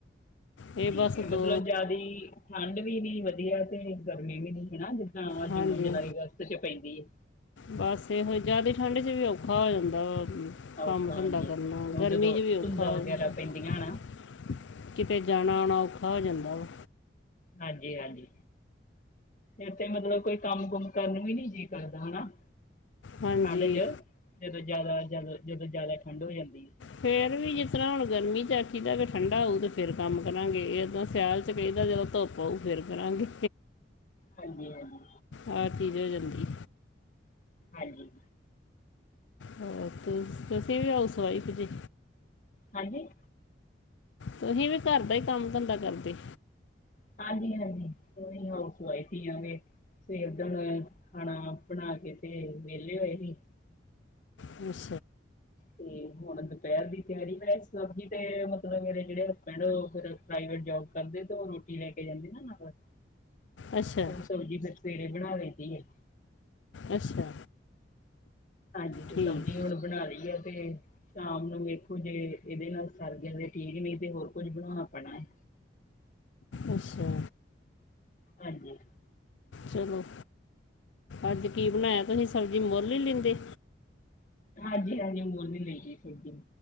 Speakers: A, on the left; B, on the left.
A: ਇਹ
B: ਠੀਕ
A: ਬਸ
B: ਹੈ ਮਤਲਬ
A: ਦੋ
B: ਜਾਦੀ ਠੰਡ ਵੀ ਨੀ ਵਧੀਆ ਤੇ ਗਰਮੀ ਵੀ ਨੀ ਹੈਣਾ ਜਿੱਦਾਂ
A: ਹਾਂਜੀ
B: ਜੂਨ ਜੁਲਾਈ ਅਗਸਤ ਚ ਪੈਂਦੀ ਹੈ।
A: ਬਸ ਇਹੋ ਹੀ ਜਿਆਦਾ ਠੰਢ ਚ ਵੀ ਔਖਾ ਹੋ ਜਾਂਦਾ ਵਾ
B: ਔਖਾ
A: ਕੰਮ ਧੰਧਾ
B: ਹਾਂਜੀ
A: ਕਰਨਾ
B: ਉਹ
A: ਗਰਮੀ
B: ਜਦੋਂ
A: ਚ ਵੀ ਔਖਾ
B: ਧੁੰਦਾਂ ਵਗੈਰਾ
A: ਜਾਂਦਾ
B: ਪੈਂਦੀਆਂ ਨਾ
A: ਕਿਤੇ ਜਾਣਾ ਆਉਣਾ ਔਖਾ ਹੋ ਜਾਂਦਾ ਵਾ।
B: ਹਾਂਜੀ, ਹਾਂਜੀ, ਇਥੇ ਮਤਲਬ ਕੋਈ ਕੰਮ ਕੁੁੰਮ ਕਰਨ ਵੀ ਨੀ ਜੀਅ ਕਰਦਾ ਹਨਾ।
A: ਹਾਂਜੀ
B: ਠੰਡ ਚ ਜਦੋਂ ਜਿਆਦਾ ਜਦ ਜਦੋਂ ਜਿਆਦਾ ਠੰਡ ਹੋ ਜਾਂਦੀ।
A: ਫਿਰ ਵੀ ਜਿਸ ਤਰ੍ਹਾਂ ਹੁਣ ਗਰਮੀ ਚਾਚੀ ਦਾ ਠੰਡਾ ਆਊ ਤੇ ਫਿਰ ਕੰਮ ਕਰਾਂਗੇ ਇਹ ਜਦਾਂ ਸਿਆਲ ਚ ਕਹੀਦਾ, ਜਦੋਂ ਧੁੱਪ ਆਊ ਫੇਰ ਕਰਾਂਗੇ।
B: ਹਾਂਜੀ- ਹਾਂਜੀ।
A: ਆਹ ਚੀਜ਼ ਹੋ ਜਾਂਦੀ।
B: ਹਾਂਜੀ
A: ਹੋਰ ਤੁਸੀਂ ਵੀ ਹਾਊਸ ਵਈਫ ਜੇ।
B: ਹਾਂਜੀ।
A: ਤੁਸੀਂ ਵੀ ਘਰ ਦਾ ਹੀ ਕੰਮ ਧੰਦਾ ਕਰਦੇ।
B: ਹਾਂਜੀ-ਹਾਂਜੀ, ਔ ਹਾਊਸ ਵਾਈਫ ਹੀ ਆ। ਸਵੇਰ ਦਾ ਖਾਣਾ ਬਣਾ ਕੇ ਤੇ ਵਿਹਲੇ ਹੋਏ ਸੀ।
A: ਕੁਛ
B: ਤੇ ਹੁਣ ਦੁਪਹਿਰ ਦੀ ਤਿਆਰੀ ਮੈਂ ਬਸ ਤੇ ਮਤਲਬ ਮੇਰੇ ਜਿਹੜੇ ਹਸਬੈਂਡ ਔ ਫਿਰ ਪ੍ਰਾਈਵੇਟ ਜੋਬ ਕਰਦੇ, ਤੇ ਉਹ ਰੋਟੀ ਲੈ ਕੇ ਜਾਂਦੇ ਨਾ ਨਾਲ
A: ਅੱਛਾ
B: ਉਹ ਸਬਜ਼ੀ ਫੇਰ ਸਵੇਰੇ ਬਣਾ ਲੈਂਦੀ ਹੈ।
A: ਅੱਛਾ।
B: ਹਾਂਜੀ, ਤੇ
A: ਠੀਕ
B: ਸਬਜ਼ੀ ਹੁਣ ਬਣਾ ਲਈ ਆ ਤੇ ਸ਼ਾਮ ਨੂੰ ਵੇਖੋ ਜੇ, ਇਹਦੇ ਨਾਲ ਸਰਗਿਆਂ ਦੇ ਠੀਕ, ਨਹੀਂ ਤੇ ਹੋਰ ਕੁੱਝ ਬਣਾਉਣਾ ਪੈਣਾ ਹੈ।
A: ਅੱਛਾ।
B: ਹਾਂਜੀ।
A: ਚਲੋ, ਅੱਜ ਕੀ ਬਣਾਇਆ? ਤੁਸੀਂ ਸਬਜ਼ੀ ਮੁਲ ਲੈਂਦੇ।
B: ਹਾਂਜੀ-ਹਾਂਜੀ, ਮੋਲ ਵੀ ਲਾਈ ਦੀ ਸਬਜ਼ੀ।